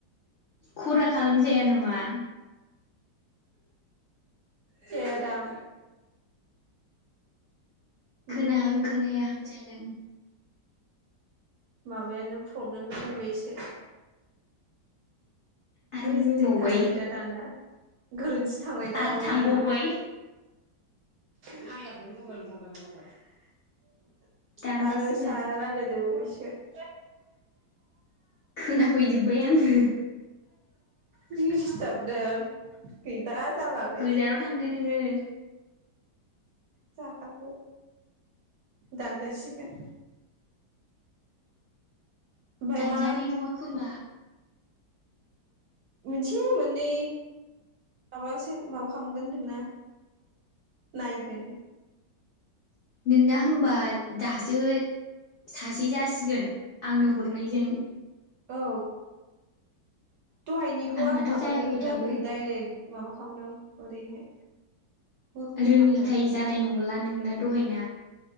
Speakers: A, on the left (about 75°); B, on the right (about 70°).
A: खरा खालामजाया नामा?
B: जायादां। ओमफाय
A: खोनाहां खोनायाहां जादों।
B: माबायानो प्रब्लेम जादों एसे।
A: आरो
B: मिस्टेक
A: बुंबावबाय
B: थांबाय दा दाना गोरोन्थि थांबायदा
A: आरो
B: र'
A: थांबावबाय
B: दाना। नायाखै मबेइल मबाइल मबाइल।
A: दानजासिगोन
B: आरो सा रायलाय देरबावबाय। सो
A: खोनाफैजोब्बाय आङो।
B: दिसथाबनो। गैला जाला बे।
A: गोजानाव थांदो नोङो।
B: जाखाला दानजासिगोन। ओमफ्राय
A: दानजानाय
B: मा
A: नङा खोमा।
B: मोनसे मोननै माबासो माबा खालामगोन होन जोंना नायगोन।
A: नोंना होनबा दासो सासे जासिगोन आंनो हरनायजों।
B: औ। दहायनिखौ
A: आंनाथ'
B: आं माबानो
A: जायाखै
B: रोङाखै
A: दाबो
B: दाइरेक्ट। माबा खालामदों ओरैहाय। बोखोफ्लांदों
A: रोङिखाय जानाय नंला नोंना दहायना।